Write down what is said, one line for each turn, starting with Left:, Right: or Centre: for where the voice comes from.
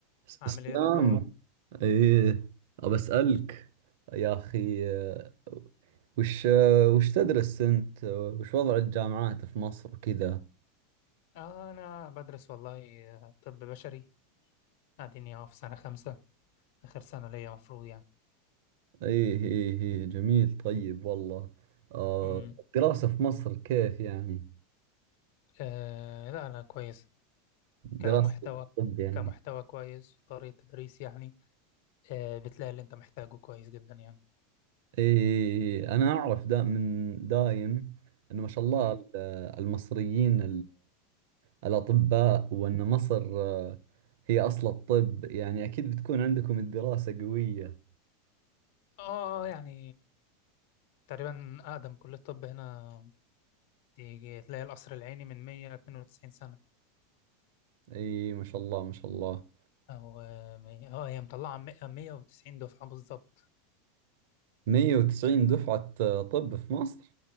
Right: س-
Left: عامل
Right: اسلام
Left: ايه الاخبار
Right: ايه ابى اسالك يا اخي آه، وش آه، وش تدرس انت آه، وش وضع الجامعات في مصر وكذا
Left: آه انا بدرس والله آه، طب بشري قاعدين اهو في سنه خمسة اخر سنه ليا مفروض يعني
Right: ايه ايه ايه جميل طيب والله آه،
Left: امم
Right: الدراسة في مصر كيف يعني
Left: آه لا لا كويس كمحتوى
Right: دراسة الطب يعني
Left: كمحتوى كويس طريقه تدريس يعني آه بتلاقي اللي انت محتاجه كويس جدا يعني
Right: ايه إيه، إيه. انا اعرف دا من دايم انه ما شاء الله
Left: امم
Right: ال- المصريين الأطباء وأن مصر آه، هي أصل الطب يعني أكيد بتكون عندكم الدراسة قوية
Left: اه يعني تقريبا اقدم كليه طب هنا تيجي تلاقي القصر العيني من 192 سنه
Right: أي ما شاء الله ما شاء الله
Left: او اه مية- آه، هي مطلعه 190 دفعه بالظبط
Right: 190 دفعة آه، طب في مصر